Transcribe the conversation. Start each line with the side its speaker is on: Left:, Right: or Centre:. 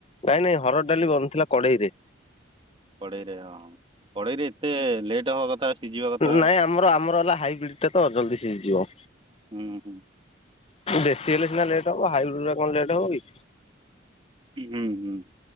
Left: ନାଇଁ ନାଇଁ ହର ଡାଲି ବନିଥିଲା କଡେଇ ରେ।
Right: କଡେଇରେ ଅ ହୂ କଡେଇରେ। <unintelligible> ସିଝିବା କଥା
Left: ନାଇଁ ଆମର ଆମର ହେଲା ହାଇବ୍ରିଡ ଟା ତ ଜଲଦି ସିଝି ଯିବ।
Right: ହୁଁ ହୁଁ।
Left: ଦେଶୀ ହେଲେ ସିନା ଲେଟ୍ ହବ ହାଇବ୍ରିଡ ରେ କଣ ଲେଟ୍ ହବ କି?
Right: ହୁଁ ହୁଁ।